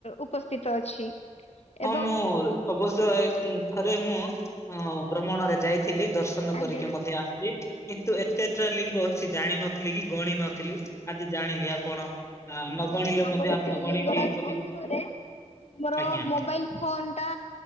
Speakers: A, on the left (about 55°); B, on the left (about 20°).
A: ଉପସ୍ଥିତ ଅଛି।
B: ହଁ
A: ଏବଂ
B: ମୁଁ ଅବଶ୍ୟ ଏକ ଥରେ ମୁଁ ଅ ଭ୍ରମଣରେ ଯାଇଥିଲି ଦର୍ଶ ଶନ
A: ଆଜ୍ଞା
B: କରିକି ମଧ୍ୟ ଆସଚି କିନ୍ତୁ ଏତେଟା ଲିଙ୍ଗ ଅଛି ଜାଣିନଥିଲି କି ଗଣ ନଥିଲି। ଆଜି ଜାଣିଲି ଆପଣ। ଆ ନ
A: ଆଜ୍ଞା
B: ଗଣିଲେ
A: ଆମର
B: ମଧ୍ୟ ଆପଣ
A: ସେ
B: ଗଣିକି
A: ଲିଙ୍ଗରାଜ
B: କହି
A: ମନ୍ଦିରରେ ଆମର
B: ଆଜ୍ଞା।
A: ମୋବାଇଲ୍। ଫୋନ୍ ଟା